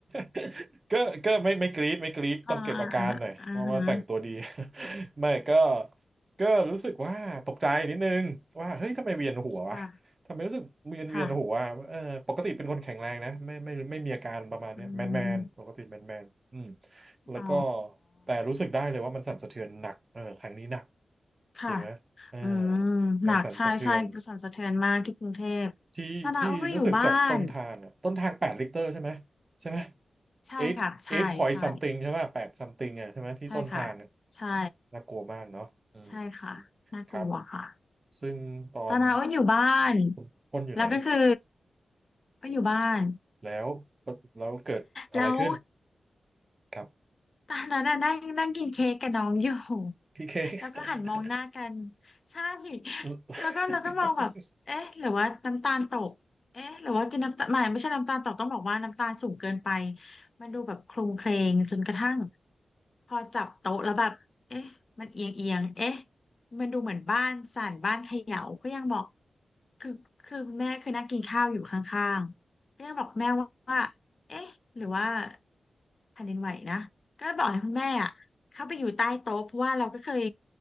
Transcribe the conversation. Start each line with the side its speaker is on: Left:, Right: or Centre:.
Right: <laughs> ก็ก็ไม่ไม่กรี๊ดไม่กรี๊ดต้องเก็บอาการหน่อยเพราะว่าแต่งตัวดี
Left: อ่าอ่าอ่าอ่าฮะ
Right: <laughs> ไม่ก็ก็รู้สึกว่าตกใจนิดนึงว่าเฮ้ยทำไมเวียนหัววะทำไมรู้สึกเวียนเวียนหัวอะเออปกติเป็นคนแข็งแรงนะไม่ไม่ไม่มีอาการประมาณเนี้ยแมนแมนปกติแมนแมนอืม
Left: ค่ะค่ะอืม
Right: แล้วก็
Left: อ๋อ
Right: แต่รู้สึกได้เลยว่ามันสั่นสะเทือนหนักเออครั้งนี้หนัก
Left: ค่ะ
Right: จริงไหมเออ
Left: อืม
Right: แรงสั่นสะเทือน
Left: หนักใช่ใช่กระแสนสะเทือนมากที่กรุงเทพ
Right: ที่ที่รู้สึกจากต้นทางอะต้นทางแปดลิตรใช่ไหม
Left: ตอนนั้นโอ้ก็อยู่บ้าน
Right: ใช่ไหม
Left: ใช่ค่ะใช่ใช่
Right: eight eight point something ใช่ไหมแปด something อะใช่ไหมที่ต้นทางอะ
Left: ใช่ค่ะใช่
Right: น่ากลัวมากเนาะอืม
Left: ใช่ค่ะน่ากลัวค่ะ
Right: ครับซึ่งตอน
Left: ตอนนั้นโอ้อยู่บ้าน
Right: คุณพ่นอยู่ไหน
Left: แล้วก็คือก็อยู่บ้าน
Right: แล้วแล้วเกิดอะไรขึ้น
Left: แล้ว
Right: ครับ
Left: ตอนนั้นน่ะนั่งนั่งกินเค้กกับน้องอยู่ <laughs>
Right: พี่เค้
Left: แล้วก็หันมองหน้ากัน
Right: ก
Left: ใช่
Right: <laughs>
Left: แล้วก็แล้วก็มองแบบเอ๊ะหรือว่าน้ำตาลตกเอ๊ะหรือว่ากินน้ำตาลไม่ไม่ใช่น้ำตาลตกต้องบอกว่าน้ำตาลสูงเกินไปมันดูแบบโคลุเครงจนกระทั่งพอจับโต๊ะแล้วแบบเอ๊ะมันเอียงเอียงเอ๊ะมันดูเหมือนบ้านสั่นบ้านเขย่าก็ยังบอกคือคือคุณแม่คือนั่งกินข้าวอยู่ข้างๆก็ยังบอกแม่ว่าเอ๊ะหรือว่าแผ่นดินไหวนะ ก็บอกให้คุณแม่อ่ะเข้าไปอยู่ใต้โต๊ะเพราะว่าเราก็เคย